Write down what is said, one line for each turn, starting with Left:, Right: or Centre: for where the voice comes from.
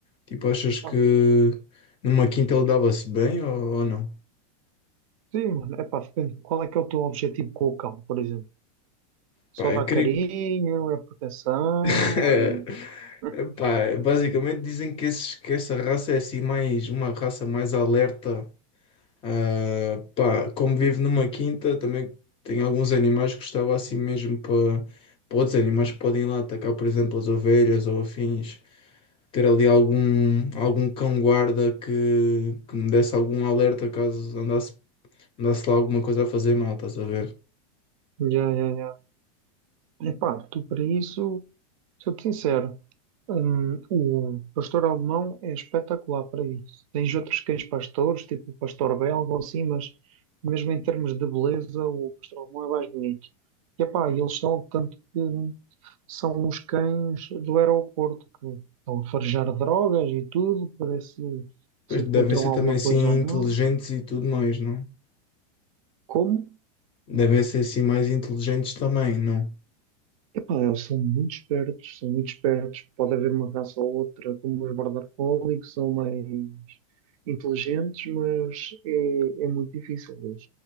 Left: Tipo, achas que
Right: Ah,
Left: numa quinta ele dava-se bem ou, ou não?
Right: sim, mano, é pá, depende. Qual é que é o teu objetivo com o cão, por exemplo? Só
Left: Pá,
Right: dar
Left: eu queria.
Right: carinho, é proteção,
Left: <laughs>
Right: é. <laughs>
Left: Epá, basicamente dizem que, esses- que essa raça é assim mais uma raça mais alerta. Ah, pá, como vivo numa quinta, também tem alguns animais que estava assim mesmo para para outros animais que podem ir lá atacar, por exemplo, as ovelhas ou afins. Ter ali algum, algum cão-guarda que, que me desse algum alerta caso andasse, andasse lá alguma coisa a fazer mal, estás a ver?
Right: Já, já, já. Epá, tu para isso, sou-te sincero, Hum, o pastor alemão é espetacular para isso. Tens outros cães pastores, tipo o pastor belga ou assim, mas mesmo em termos de beleza, o pastor alemão é mais bonito. E epá, eles são tanto que são os cães do aeroporto que estão a farejar drogas e tudo para ver se se
Left: Pois devem
Right: encontram
Left: ser
Right: alguma
Left: também assim
Right: coisa ou não.
Left: inteligentes e tudo mais, não? é?
Right: Como?
Left: devem ser assim mais inteligentes também, não?
Right: Ah, eles são muito espertos, são muito espertos. Pode haver uma raça ou outra, como os Border Collie, que são mais inteligentes, mas é, é muito difícil. Eles,